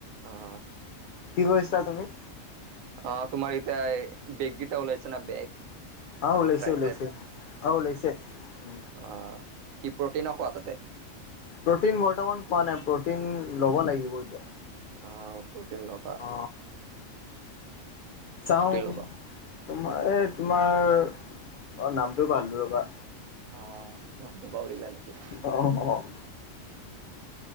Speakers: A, on the right; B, on the left.
A: অ',
B: কি কৰিছা তুমি?
A: অ তোমাৰ ইতিয়া বেগ গিটা ওলাইছে ন বেগ
B: অঁ
A: আৰু
B: ওলাইছে
A: ট্ৰাইচেপ।
B: ওলাইছে অঁ ওলাইছে উ
A: অঁ কি প্ৰটিনৰ খোৱা তাতে।
B: প্ৰটিন বৰ্তমান খোৱা নাই প্ৰটিন ল'ব লাগিব এতিয়া।
A: অঁ প্ৰ'টিন লগা
B: অ চাওঁ
A: ল'বা?
B: তোমাৰ এই তোমাৰ অ নামটো পাহৰিলো ৰ'বা।
A: অ, নামতো পাহৰিলা নেকি?
B: অঁ অঁ